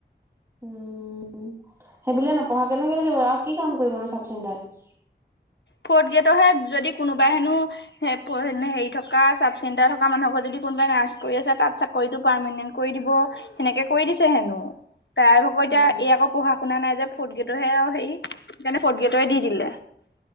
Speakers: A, on the right; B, on the left.
A: উম, সেইবুলিয়ে নপঢ়া কেনেককে লাগিব আৰু কি কাম কৰিব নু চাব চেণ্টাৰত।
B: ফ'ৰ্থ গ্ৰেডৰহে যদি কোনোবাই হেনো। হেৰি থকা চাব চেণ্টাৰ থকা মানুহৰ ঘৰ যদি কোনোবাই নাৰ্ছ কৰি আছে তাত। কৰিতটো পাৰমানেন্ট কৰি দিব সেনেকে কৰি দিছে হেনো। তাই ভকৌ এতিয়া
A: বা
B: এই আকৌ পঢ়া শুনা নাই যে ফৰ্থ গেটৰহে আৰু হেৰি ফৰ্থ গেটে দি দিলে।